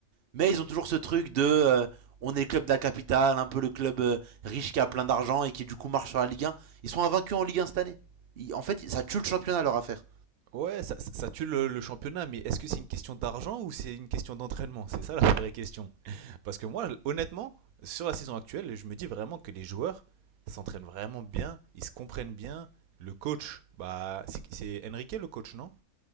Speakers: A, on the right (about 55°); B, on the right (about 85°).
A: mais ils ont toujours ce truc de euh, on est le club de la capitale, un peu le club euh, riche qui a plein d'argent et qui du coup marche sur la Ligue 1. Ils sont invaincus en Ligue 1 cette année. Ils- en fait, ça tue le championnat leur affaire.
B: Ouais, ça, ça- ça tue le, le championnat, mais est-ce que c'est une question d'argent ou c'est une question d'entraînement C'est ça la vraie question. Parce que moi, honnêtement, sur la saison actuelle, je me dis vraiment que les joueurs s'entraînent vraiment bien, ils se comprennent bien. Le coach, bah, c'est- c'est Enrique le coach, non